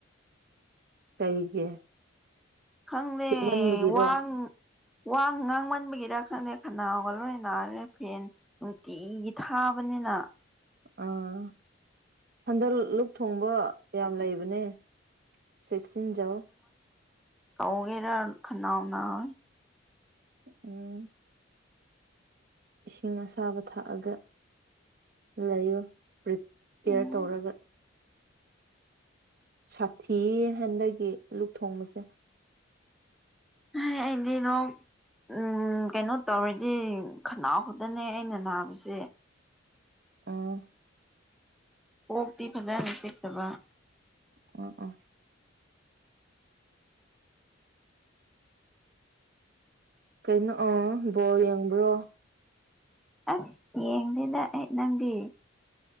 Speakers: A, on the right; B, in the centre.
A: ꯀꯩꯒꯤ
B: ꯈꯪꯗꯦ
A: ꯈꯤꯠꯃꯟꯕꯒꯤꯔꯣ
B: ꯋꯥꯡ ꯋꯥ ꯉꯥꯡꯃꯟꯕꯒꯤꯔ ꯈꯪꯗꯦ ꯈꯅꯥꯎꯒ ꯂꯣꯏ ꯅꯥꯔꯦ ꯐꯦꯟ ꯅꯨꯡꯇꯤꯒꯤ ꯊꯥꯕꯅꯤꯅ
A: ꯑꯥ ꯍꯟꯗꯛ ꯂꯨꯛ ꯊꯣꯡꯕ ꯌꯥꯝ ꯂꯩꯕꯅꯦ ꯁꯦꯛꯁꯤꯟꯖꯥꯎ
B: ꯀꯧꯒꯦꯔ ꯈꯟꯅꯥꯎ ꯅꯥꯏ
A: ꯎꯝ ꯏꯁꯤꯡ ꯑꯁꯥꯕ ꯊꯥꯛꯑꯒ ꯂꯩꯌꯨ ꯄꯔꯤꯄꯤꯌꯔ
B: ꯎꯝ
A: ꯇꯧꯔꯒ ꯁꯥꯊꯤ ꯍꯟꯗꯒꯤ ꯂꯨꯛ ꯊꯣꯡꯕꯁꯦ
B: ꯍꯩ ꯑꯩꯗꯥ ꯂꯣꯛ ꯎꯝ ꯀꯩꯅꯣ ꯇꯧꯔꯗꯤ ꯈꯅꯥꯎ ꯈꯛꯇꯅꯦ ꯑꯩꯅ ꯅꯥꯕꯁꯦ
A: ꯑꯥ
B: ꯀꯣꯛꯇꯤ ꯐꯖꯅ ꯆꯤꯛꯇꯕ
A: ꯑꯝ ꯑꯝ ꯀꯩꯅꯣ ꯑꯥ ꯕꯣꯜ ꯌꯦꯡꯕ꯭ꯔꯣ
B: ꯑꯁ ꯌꯦꯡꯗꯦꯗ ꯑꯩ ꯅꯪꯗꯤ